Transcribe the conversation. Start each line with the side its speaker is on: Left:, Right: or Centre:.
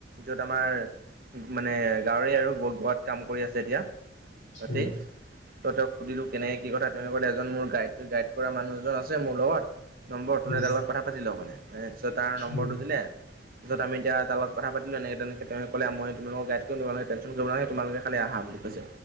Right: য'ত আমাৰ মানে গাঁৱৰে আৰু গাত কাম কৰি আছে যেতিয়া তাতেই
Left: উম
Right: তাহাঁতক সুধিলো কেনেকে কথা তেওঁ কলে এজন মোৰ গাইড গাইড কৰা মানুহ এজন আছে মোৰ লগত নম্বৰ তুমি
Left: উম
Right: তাৰ লগত কথা পাতি লবলে তাপাছত তাৰ নম্বৰটো
Left: উম
Right: দিলে পিছত আমি এতিয়া তাৰ লগত কথা পাতিলো এনেকে তেনেকে তেনে কলে মই তোমালোকক গাইড কৰিম তোমালোকে টেনচন কৰিব নালাগে তোমালোকে খালি আহা বুলি কৈছে